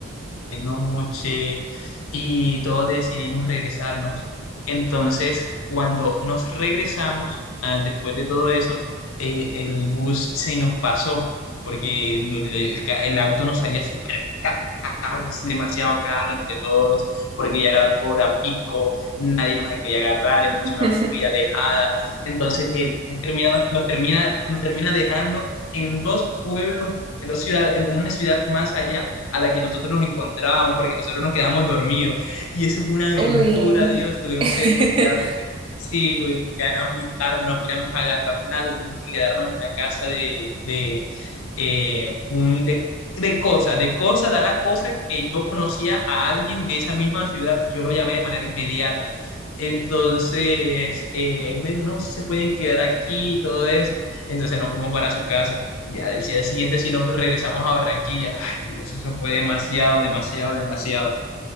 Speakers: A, on the left; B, on the right.
A: noche y todos decidimos regresarnos. Entonces, cuando nos regresamos, ah, después de todo eso, eh, el bus se nos pasó, porque el, el ca- el auto nos salía súper caros, demasiado caros entre todos, porque ya era hora pico, nadie nos quería agarrar, en
B: <laughs>
A: una zona muy alejada. Entonces el bus termina, nos, nos termina, nos termina dejando en dos pueblos, en dos ciudades, en una ciudad más allá a la que nosotros nos encontrábamos, porque nosotros nos quedamos dormidos. Y eso fue una aventura,
B: Uy.
A: Dios. Tuvimos
B: <laughs>
A: que después quedarnos, sí, tuvimos que quedarnos muy tarde, no podíamos agarrar nada, tuvimos que quedarnos en la casa de, de, eh, un, de de cosa, de cosa, da la cosa que yo conocía a alguien de esa misma ciudad y yo lo llamé de manera inmediata. Entonces, eh, él me dijo, no, se pueden quedar aquí y todo eso. Entonces nos fuimos para su casa. Ya del día siguiente, si nos regresamos a Barranquilla, ay Dios, eso fue demasiado, demasiado, demasiado.